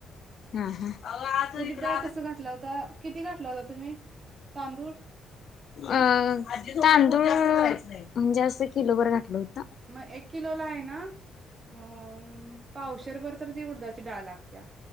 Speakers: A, on the left; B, on the right.
A: हा ह
B: उडीद डाळ कसं घातला होता किती घातला होता तुम्ही? तांदूळ
A: अ तांदूळ म्हणजे असं किलो भर घातल होत
B: मग एक किलो ला आहे ना अ औषध बर उडदाची डाळ लागतिया